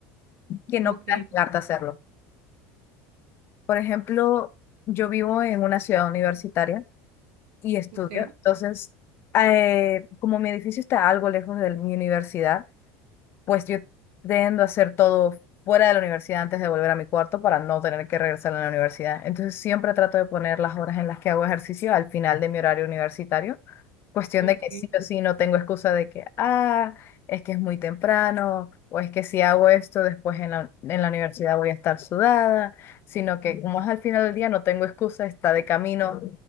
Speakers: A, on the left; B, on the right.
A: que no
B: Ok,
A: puedas negarte a hacerlo. Por ejemplo, yo vivo en una ciudad universitaria y estudio,
B: ok,
A: entonces, eh, como mi edificio está algo lejos de mi universidad, pues yo tiendo a hacer todo fuera de la universidad antes de volver a mi cuarto para no tener que regresar a la universidad. Entonces siempre trato de poner las horas en las que hago ejercicio al final de mi horario universitario. Cuestión
B: ok.
A: de que sí o sí no tengo excusa de que, ah, es que es muy temprano, o es que si hago esto después en la, en la universidad voy a estar sudada, sino que como es al final del día no tengo excusa, está de camino,